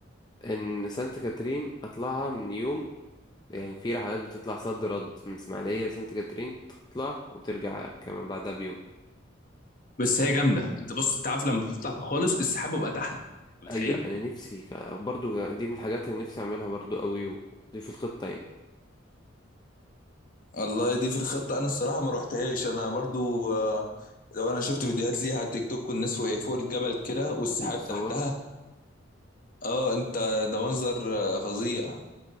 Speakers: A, on the left (about 20°); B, on the left (about 45°).
A: ان سانت كاترين اطلعها من يوم يعني في رحلات بتطلع صد رد من اسماعيليه سانت كاترين تطلع وترجع كمان بعدها بيوم
B: بس هي جامده انت بص انت عارف لما بتطلع خالص السحاب بيبقى تحت انت متخيل
A: ايوه انا نفسي ك- برضو دي من الحاجات اللي نفسي اعملها برضو قوي ودي في الخطه يعني
B: الله دي في الخطة أنا الصراحة ما روحتهاش أنا برضو آه، لو أنا شفت فيديوهات ليها على التيك توك والناس وهي فوق الجبل كده والسحاب
A: وبيتصوروا
B: تحتها أه أنت ده منظر آه، فظيع